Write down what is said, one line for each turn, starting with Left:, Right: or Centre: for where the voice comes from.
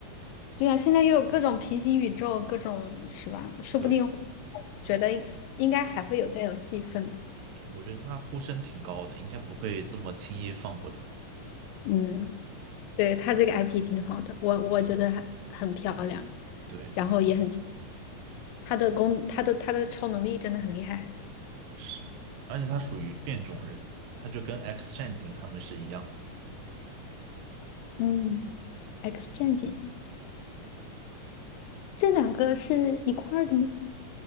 Left: 对啊，现在又有各种平行宇宙，各种是吧？说不定
Right: 对，
Left: 觉得应该还会有再有戏份吧。
Right: 对，我觉得他呼声挺高的，应该不会这么轻易放过他。
Left: 嗯，对，他这个 IP 挺好的，我我觉得很很漂亮，
Right: 对，
Left: 然后也很奇他的功，他的他的超能力真的很厉害。
Right: 是，而且他属于变种人，他就跟 X 战警他们是一样的，
Left: 嗯，X 战警这两个是一块儿的吗？